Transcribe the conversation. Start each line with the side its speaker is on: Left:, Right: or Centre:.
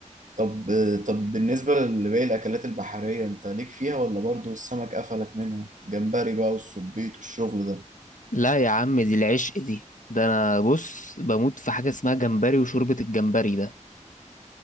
Right: طب طب بالنسبة لباقي الأكلات البحرية أنت ليك فيها ولا برضو السمك قفلك منها؟ جمبري بقى والسبيط والشغل ده
Left: لا يا عم دي العشق دي ده انا بص بموت في حاجه اسمها جمبري وشوربه الجمبري ده